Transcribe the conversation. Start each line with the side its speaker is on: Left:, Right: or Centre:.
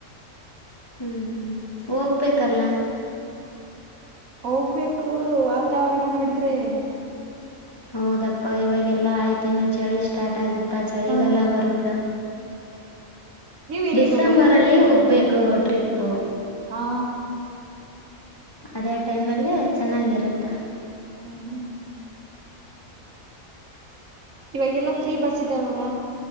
Left: ಹ್ಮ್ ಹೋಗ್ಬೇಕಲ್ಲ.
Right: ಹೋಗ್ಬೇಕು ವಾತಾವರಣ ನೋಡಿದ್ರೆ.
Left: ಹೌದಪ್ಪಾ ಇವಾಗೆಲ್ಲಾ ಆಯ್ತು ಇನ್ನು ಚಳಿ ಸ್ಟಾರ್ಟ್ ಆಗತ್ತಾ ಚಳಿಗಲ್ಲ
Right: ಹಾ
Left: ಬರುತ್ತಾ
Right: ನೀವ್ ಎಲ್ಲಿಗ್
Left: ಡಿಸೆಂಬರ್
Right: ಹೋಗಲ್ವಾ
Left: ಅಲ್ಲಿ ಹೋಗ್ಬೇಕು ಟ್ರಿಪ್ಪು..
Right: ಹಾ..
Left: ಅದೇ ಟೈಮಲ್ಲೇ ಚೆನ್ನಾಗಿರುತ್ತೆ..
Right: ಹ್ಮ್ ಇವಾಗೆಲ್ಲ ಫ್ರೀ ಬಸ್ ಇದ್ದಾವಲ್ಲ